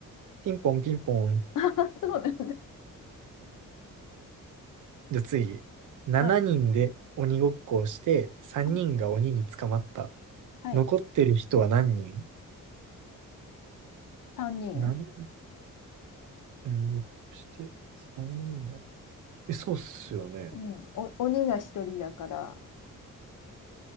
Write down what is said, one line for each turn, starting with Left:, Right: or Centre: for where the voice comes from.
Right: ピンポンピンポン。
Left: <laughs> そうなんだ。
Right: じゃあ次。7人で鬼ごっこをして、
Left: はい。
Right: 3人が鬼に捕まった。
Left: はい。はい。
Right: 残ってる人は何人
Left: 3人
Right: ?7 人鬼ごっこして、3人が。え、そうっすよね。
Left: うん。お、鬼が1人だから。